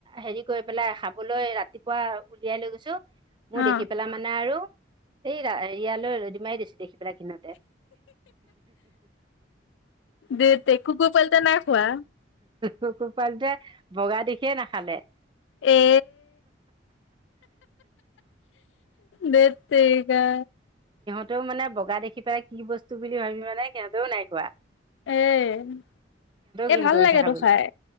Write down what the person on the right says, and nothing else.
হেৰি কৰি পেলাই খাবলৈ ৰাতিপুৱা উলিয়াই লৈ গৈছো
মোৰ দেখি পেলাই মানে আৰু এই ইয়ালৈ ৰদি মাৰি দিছো দেখিবিলে ঘিনতে।
কুকুৰ পোৱালিতে বগা দিখিয়ে নাখালে।
সিহঁতেও মানে বগা দেখি পেলাই কি বস্তু বুলি ভাবি মানে সিহঁতেও নাইকোৱা।
ঘিণ
কৰিছে
খাবলৈ।